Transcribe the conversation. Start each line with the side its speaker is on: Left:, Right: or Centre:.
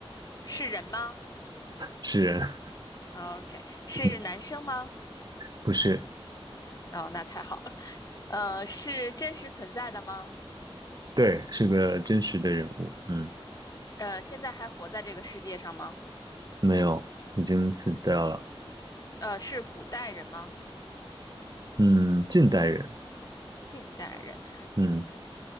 Left: 是人吗
Right: 是人，
Left: 哦？OK，
Right: <laughs>
Left: 是男生吗？
Right: 嗯，不是，
Left: 哦，那太好了。呃，是真实存在的吗？
Right: 对，是个真实的人物，嗯，
Left: 呃，现在还活在这个世界上吗？
Right: 没有，已经死掉了，
Left: 呃，是古代人吗？
Right: 嗯，近代人，
Left: 近代人
Right: 嗯，
Left: ？OK，